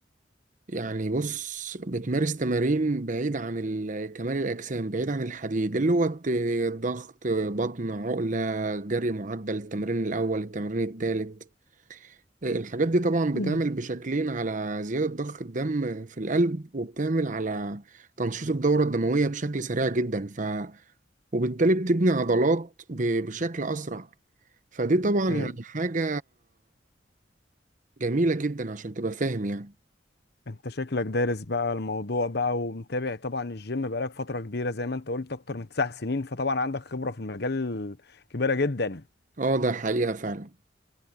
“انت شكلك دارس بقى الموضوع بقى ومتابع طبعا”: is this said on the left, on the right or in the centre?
Left